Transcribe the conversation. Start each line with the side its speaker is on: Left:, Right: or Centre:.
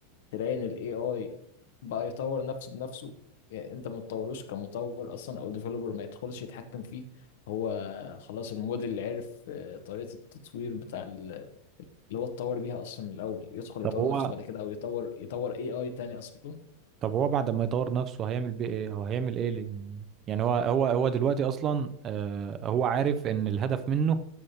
Left: تلاقي إن ال AI بقى يطور نفسه بنفسه يعني أنت ما تطوروش كمطور أصلا أو ديفلوبر ما يدخلش يتحكم فيه هو خلاص الموديل اللي عرف آه، طريقة التطوير بتاع ال- اللي هو اتطور بيها أصلا من الأول يدخل
Right: طب
Left: يطور
Right: هو
Left: نفسه بعد كده أو يطور يطور AI تاني أصلا
Right: طب هو بعد ما يطور نفسه هيعمل بيه ايه او هيعمل ايه ليه؟ يعني يعني هو هو هو دلوقتي اصلا آه هو عارف ان الهدف منه